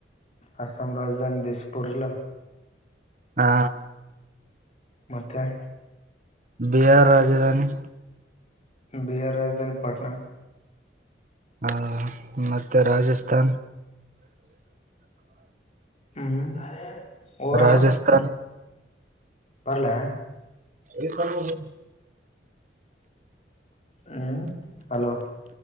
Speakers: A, on the left; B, on the right.
A: ಅಸಮ ರಾಜಧಾನ ಡಿಸ್ ಪುರ್ ಇಲ್ಲ
B: ಹಾ
A: ಮತ್ತೆ
B: ಬಿಹಾರ್ ರಾಜಧಾನಿ
A: ಬಿಹಾರ ರಾಜಧಾನಿ ಪಟ್ನಾ
B: ಹಾ ಮತ್ತೆ ರಾಜಸ್ಥಾನ್
A: ಹ್ಮ್ ಹೋಗೋಣ
B: ರಾಜಸ್ಥಾನ
A: ಬರ್ಲಾ
B: ಈಕ <unintelligible>
A: ಹ್ಮ್ ಹಲೋ